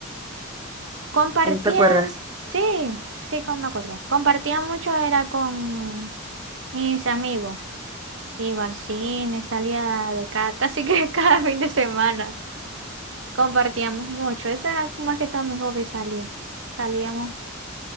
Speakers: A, on the right; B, on the right.
A: Compartía,
B: ¿O no te acuerdas?
A: sí, sí, con, me acuerdo. Compartía mucho, era con mis amigos. Iba al cine, salía de casa, casi que <laughs> cada fin de semana. Compartíamos mucho. Eso era más que todo mi hobby, salir. Salíamos,